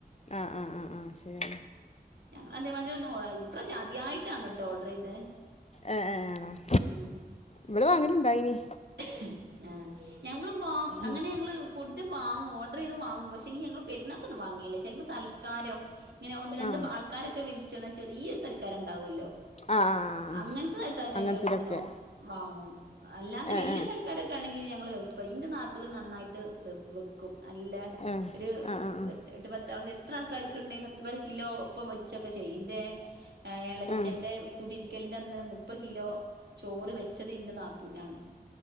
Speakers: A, on the left; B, on the right.
A: ആഹ് ആഹ് ആഹ് ശരിയാണ്
B: ഞങ്ങളതേമാതിരി ഒന്നും ഒ ഇപ്രാവിശ്യ അദ്യയിട്ടാണ് ട്ടോ ഓഡ്രയ്തേ
A: ഏഹ് ഏഹ് ആണോ?
B: ഉം
A: ഇവിടെവന്ന്ട്ട്ണ്ടായിനി
B: ഹ് ആഹ് ഞങ്ങള്ബാ അങ്ങനെ
A: ഉം
B: ഞങ്ങള് ഫുഡ് വാങ്ങും ഒ ഡ്രത് വാങ്ങും പക്ഷെങ്കി ഞങ്ങൾ പെര്ന്നാക്കൊന്നും വാങ്ങേല്ല ചെൽപ്പ സൽക്കാരം ഇങ്ങനെ ഒന്ന് രണ്ട്
A: ആഹ്
B: ആൾക്കാരൊക്കെ വിളിച്ച്ണ ചെറീ സൽക്കാരൊക്കേണ്ടാവൊല്ലോ
A: ആഹ് ആഹ്
B: അങ്ങനത്തെ സൽക്കാരത്തിനൊക്കെ
A: അങ്ങനത്തിലൊക്കെ
B: ഞങ്ങ ഇങ്ങനെ വാങ്ങും അല്ലാത്ത
A: ഏഹ്
B: വല്യ സൽക്കാരക്കെ ആണെങ്കിൽ ഞങ്ങൾൻന്റെ ഇന്റെ നാത്തൂന് നായിട്ട് വെക്കും നല്ല
A: ഏഹ് ഏഹ്
B: ഒരു
A: ആഹ് ആഹ്
B: പത്ത് പത്താൾ എത്ര ആൾക്കാർക്ക് ഉണ്ടെങ്കിൽ പത്ത് പത് കിലോ ഒപ്പം വെച്ചൊക്കെ ചെയ്യും ന്റെ എഹ് എളച്ചൻ്റെ
A: ആഹ് ആഹ്
B: കുടിയിരിക്കൽൻ്റെ അന്ന് മുപ്പത് കിലോ ചോറ് വെച്ചത് ഇന്റെ നാത്തൂനാണ്.